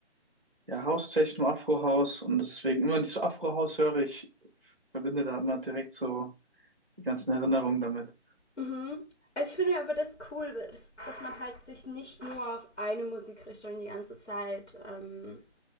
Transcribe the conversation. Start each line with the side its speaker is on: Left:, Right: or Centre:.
Centre: ja, House-Techno, Afro-House und deswegen immer, wenn ich so Afro-House höre, ich verbinde da immer direkt so die ganzen Erinnerungen damit.
Left: Mhm. Also ich finde aber das cool, dass, dass man halt sich nicht nur auf eine Musikrichtung die ganze Zeit, ähm,